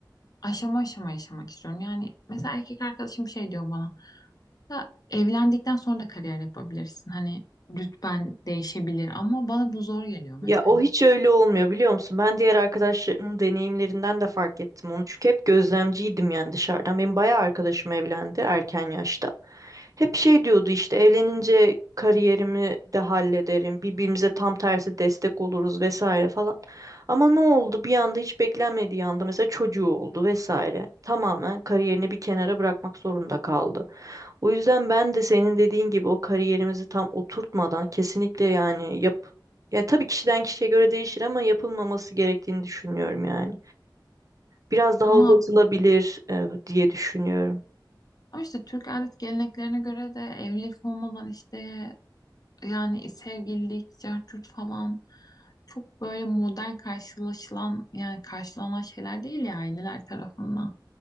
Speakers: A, on the left; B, on the right.
A: aşama aşama yaşamak istiyorum. Yani mesela erkek arkadaşım şey diyor bana. Ya evlendikten sonra da kariyer yapabilirsin. Hani rütben değişebilir ama bana bu zor geliyor mesela.
B: Ya o hiç öyle olmuyor biliyor musun? Ben diğer arkadaşlarımın deneyimlerinden de fark ettim onu. Çünkü hep gözlemciydim yani dışarıdan. Benim bayağı arkadaşım evlendi erken yaşta. Hep şey diyordu işte evlenince kariyerimi de hallederim. Birbirimize tam tersi destek oluruz vesaire falan. Ama ne oldu? Bir anda hiç beklenmediği anda mesela çocuğu oldu vesaire. Tamamen kariyerini bir kenara bırakmak zorunda kaldı. O yüzden ben de senin dediğin gibi o kariyerimizi tam oturtmadan kesinlikle yani yap ya tabii kişiden kişiye göre değişir ama yapılmaması gerektiğini düşünüyorum yani. Biraz daha
A: Ama
B: uzatılabilir e, diye düşünüyorum.
A: ama işte Türk adet geleneklerine göre de evlilik olmadan işte yani sevgililik, cart falan çok böyle modern karşılaşılan yani karşılanan şeyler değil ya aileler tarafından.